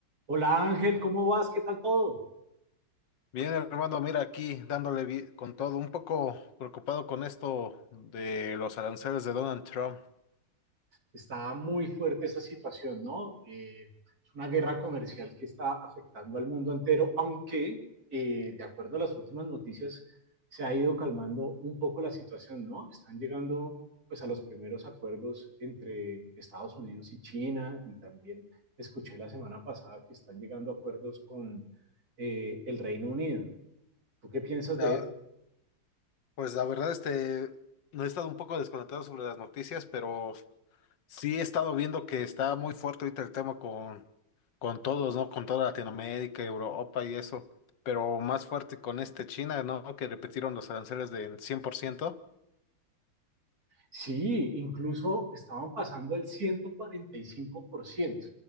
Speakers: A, on the right; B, on the left.
A: Hola Ángel, ¿cómo vas? ¿Qué tal todo?
B: Bien, hermano, mira aquí dándole vi- con todo, un poco preocupado con esto de los aranceles de Donald Trump.
A: Está muy fuerte esa situación, ¿no? Eh, es una guerra comercial que está afectando al mundo entero, aunque eh, de acuerdo a las últimas noticias se ha ido calmando un poco la situación, ¿no? Están llegando pues a los primeros acuerdos entre Estados Unidos y China y también escuché la semana pasada que están llegando acuerdos con eh, el Reino Unido. ¿Tú qué piensas
B: La,
A: de eso?
B: pues la verdad, este, no he estado un poco desconectado sobre las noticias, pero sí he estado viendo que está muy fuerte ahorita el tema con, con todos, ¿no? Con toda Latinoamérica, Europa y eso, pero más fuerte con este China, ¿no? Que repitieron los aranceles de en 100%,
A: Sí, incluso estaban pasando al 145%.